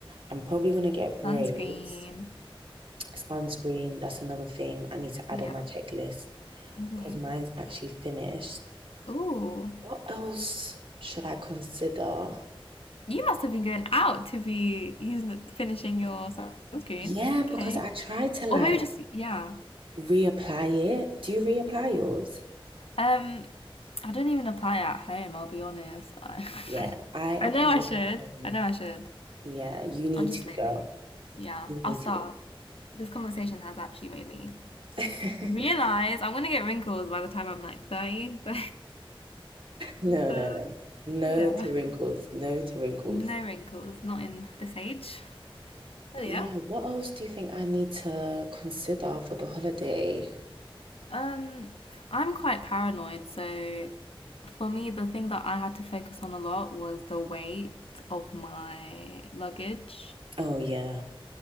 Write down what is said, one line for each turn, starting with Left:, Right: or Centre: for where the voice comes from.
Right: I'm probably gonna get braids,
Left: Sunscreen.
Right: sunscreen. That's another thing I need to add
Left: Yeah.
Right: on my checklist
Left: hmm
Right: because mine's actually finished.
Left: Ooh,
Right: What else should I consider?
Left: you must have been going out to be using finishing your sunscreen.
Right: Yeah,
Left: Okay,
Right: because I try to like
Left: or maybe just yeah.
Right: reapply it. Do you reapply yours?
Left: Um, I don't even apply at home. I'll be honest. I,
Right: Yeah, I
Left: <laughs>
Right: apply
Left: I know I
Right: it
Left: should.
Right: at home.
Left: I know I should.
Right: Yeah, you need
Left: I'm just
Right: to,
Left: lazy.
Right: girl.
Left: Yeah,
Right: You
Left: I'll
Right: need
Left: start. This conversation has actually made me
Right: to.
Left: realize
Right: <laughs>
Left: I'm gonna get wrinkles by the time I'm like thirty. <laughs>
Right: No,
Left: So,
Right: no, no. No
Left: yeah,
Right: to wrinkles. No to wrinkles.
Left: no wrinkles, not in this age. Oh
Right: But
Left: yeah.
Right: yeah, what else do you think I need to consider for the holiday?
Left: Um, I'm quite paranoid, so for me, the thing that I had to focus on a lot was the weight of my luggage.
Right: Oh, yeah.